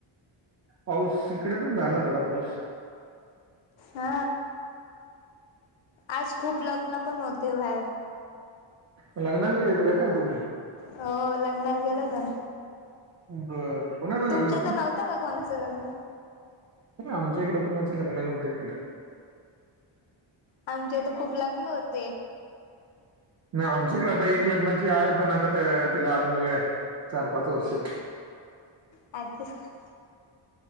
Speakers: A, on the right; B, on the left.
A: पाऊस इकडे पण झाला थोडा पाऊस
B: हा आज खूप लग्न पण होते बाहेर
A: लग्नाला गेल्यात काय तुम्ही
B: हो लग्ना गेलं तर
A: बर कुणाचं लग्न
B: तुमच्या
A: होतं
B: तर नव्हता का कोणाचं लग्न
A: आमच्या इकडं कुणाचं लग्न नव्हतं इकडं
B: आमचेथ खूप लग्न होते
A: ना आमच्याकडे आता एक लग्नाची आहे पण आता तिला अजून वेळ आहे चार पाच वर्ष
B: अच्छा